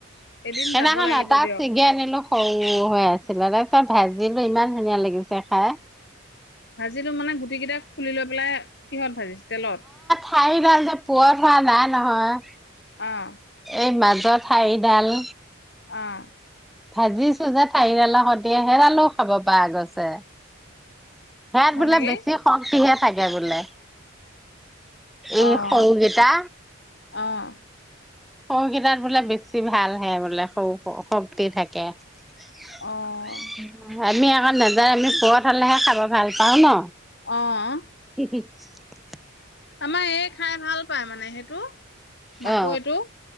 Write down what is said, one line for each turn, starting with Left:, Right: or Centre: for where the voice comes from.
Left: এদিন
Centre: সেইদিনাখন
Left: যাব লাগিব
Centre: এটা
Left: দিয়ক।
Centre: ছিগি আনিলোঁ। সৰু হৈ আছিলে, তাৰপিছত ভাজিলোঁ, ইমান ধুনীয়া লাগিছে খাই।
Left: ভাজিলো মানে গোট গোটেই কেইটা খুলি লৈ পেলাই কিহত ভাজিছে তেলত?
Centre: ঠাৰি ডাল যে, পূৰঠ হোৱা নাই নহয়।
Left: অ'।
Centre: এই মাজৰ ঠাৰিডাল।
Left: অ',
Centre: ভাজিছো যে ঠাৰিৰেলা সৈতে হেৰালও খাব পাৰা গছে। ইয়াত
Left: হয়
Centre: বোলে
Left: নেকি?
Centre: বেছি শক্তিহে থাকে বোলে,
Left: অ',
Centre: এই সৰুকেইটা।
Left: অ',
Centre: সৰুকেইটাত বোলে বেছি ভালহে বোলে সৰু সৰু শক্তি থাকে। আমি আকৌ
Left: অ',
Centre: নাজ এইবাৰ আমি <unintelligible> হ'লেহে খাব ভাল পাও ন?
Left: অ',।
Centre: <inaudible>
Left: আমাৰ এই খাই ভাল পায় মানে <unintelligible> সেইটো। মাকৈটো
Centre: অ